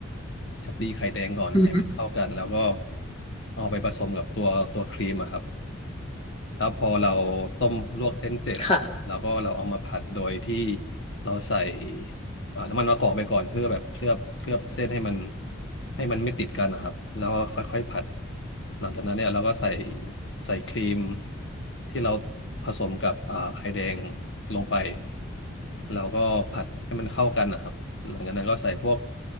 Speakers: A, on the left (about 60°); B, on the left (about 30°).
A: จะตีไข่แดงก่อนให้มันเข้ากันแล้วก็
B: อืม
A: เอาไปผสมกับตัวตัวครีมอะครับ แล้วพอเราต้มลวกเส้นเสร็จแล้วก็เราเอามาผัดโดยที่
B: ค่ะ
A: เราใส่เอ่อน้ำมันมะกอกไปก่อนเพื่อแบบเคลือบเคลือบเส้นให้มันให้มันไม่ติดกันนะครับแล้วก็ค่อยๆผัดหลังจากนั้นเนี่ยเราก็ใส่ใส่ครีมที่เราผสมกับอ่าไข่แดงลงไปแล้วก็ผัดให้มันเข้ากันนะครับหลังจากนั้นก็ใส่พวก